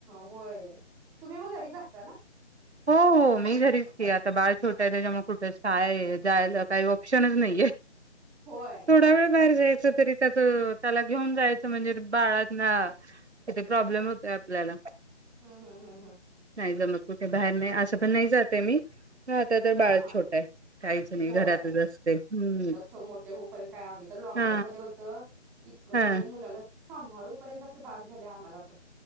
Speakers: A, in the centre; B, on the right.
A: होय तुम्ही मग घरीच असता ना
B: हो हो मी घरीच की आता बाळ छोट आहे त्याच्यामूळ कुठे जाय जायचा काय ऑप्शनच नाहीये.
A: होय
B: थोडा वेळ बाहेर जाय क तरी त्याच त्याला घेऊन जायच म्हणजे बाळांना किती प्रॉब्लेम होतय आपल्याला.
A: हं हं ह हा
B: नाही जमत कुठे बाहेर नाही अस पण नाही जातय मी आता तर बाळ
A: हा हा
B: छोट
A: हा
B: आहे काहीच नाही
A: होय
B: घरातच असते हम्म
A: बचो मोठे होऊपर्यंत काय आम्ही तर लॉकडाऊन
B: हा
A: मध्ये होत. इतक म्हणजे
B: हा
A: मुलालाच सांभाळूपर्यंत अस बास झालय आम्हाला पण